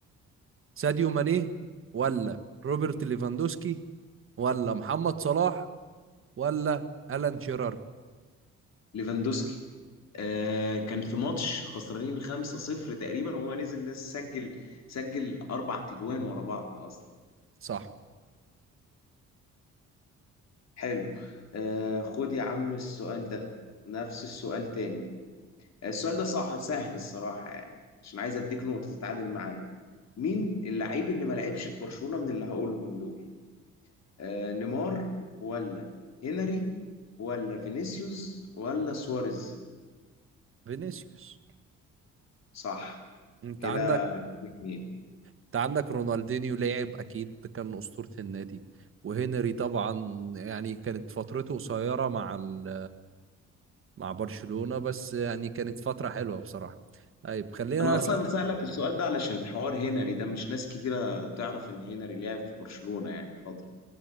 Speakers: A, on the right; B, on the left.
A: ساديو ماني ولا روبرت ليفاندوسكي ولا محمد صلاح ولا ألان شيرر
B: ليفاندوسكي آه كان في ماتش خسرانين 5-0 تقريبا وهو نزل ناس سجل سجل اربع تجوان ورا بعض اصلا
A: صح
B: حلو آه خد يا عم السؤال ده نفس السؤال تاني السؤال ده صح سهل الصراحة يعني عشان عايز اديك نقطة تتعادل معايا مين اللعيب اللي ما لعبش في برشلونة من اللي هقولهم دول آه نيمار ولا هنري ولا فينيسيوس ولا سواريز
A: فينيسيوس
B: صح
A: انت
B: كده
A: عندك
B: اتنين
A: انت عندك رونالدينيو لعب اكيد ده كان اسطورة النادي وهنري طبعا يعني كانت فترته قصيرة مع ال... مع برشلونة بس يعني كانت فترة حلوة بصراحة طيب خلينا
B: انا اصلا
A: أسأل
B: سألك السؤال ده علشان حوار هنري ده مش ناس كتيرة تعرف ان هنري لعب في برشلونة يعني فترة